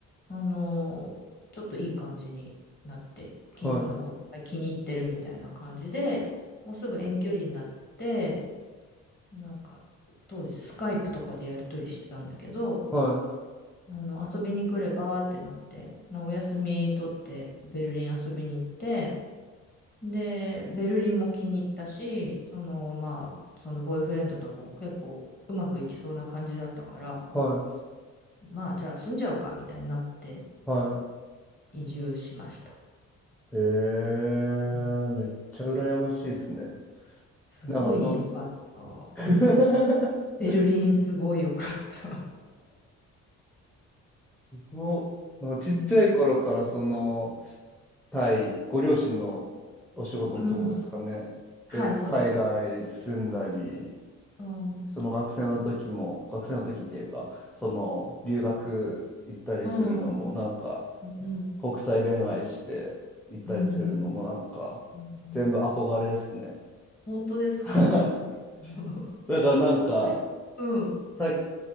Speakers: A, on the left; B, in the centre.
A: あのーちょっといい感じになって、き、
B: はい。
A: なんかお互い気に入ってるみたいな感じで、もうすぐ遠距離になって、なんか、当時スカイプとかでやり取りしてたんだけど、
B: はい。
A: あの、遊びに来ればってなって、なお休み取ってベルリン遊びに行って、で、ベルリンも気に入ったし、その、まあ、そのボーイフレンドとも結構うまくいきそうな感じだったから、
B: はい。
A: まあ、じゃあ住んじゃうかみたいになって
B: はい。
A: 移住しました。
B: へえめっちゃ羨ましいですね。
A: うんすごい良かった。
B: なんかその、<laughs>
A: うん。ベルリンすごい良かった。
B: もう、なんかちっちゃい頃からその、
A: うん。
B: タイ、ご両親のお仕事の都合ですかね。
A: うん。はい、
B: で、
A: そうです。
B: 海外住んだり、
A: うん。
B: その学生の時も、学生の時っていうか、その留学行ったりするのも、
A: うん。
B: なんか
A: うん、
B: 国際恋愛して行ったりするのも、
A: うん、うん。
B: なんか全部憧れですね。
A: うん本当ですか
B: <laughs> はい
A: <laughs>
B: だからなんか、
A: 国際、うん。
B: さい、